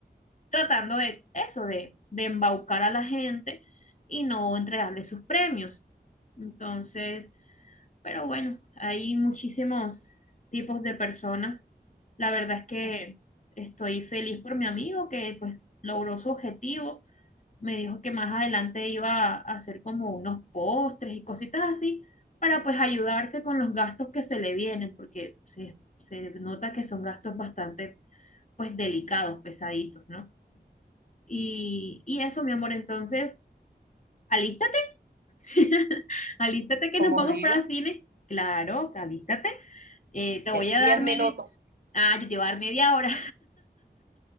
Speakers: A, on the left; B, on the right.
A: tratando de eso, de, de embaucar a la gente y no entregarle sus premios. Entonces, pero bueno, hay muchísimos tipos de personas. La verdad es que
B: Eso,
A: estoy feliz por mi amigo que pues logró su objetivo me dijo que más adelante iba a hacer como unos postres y cositas así para pues ayudarse con los gastos que se le vienen, porque se, se nota que son gastos bastante pues delicados, pesaditos, ¿no? Y, y eso, mi amor, entonces, alístate, <laughs> alístate que
B: Como
A: nos vamos
B: diga,
A: para cine. Claro, alístate. Eh, te voy
B: en
A: a
B: 10
A: dar
B: minutos.
A: media, ah, yo te voy a dar media hora.